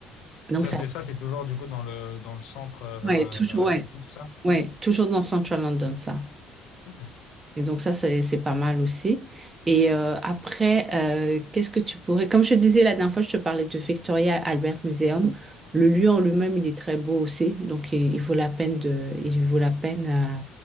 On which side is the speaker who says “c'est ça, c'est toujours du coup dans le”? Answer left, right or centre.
Left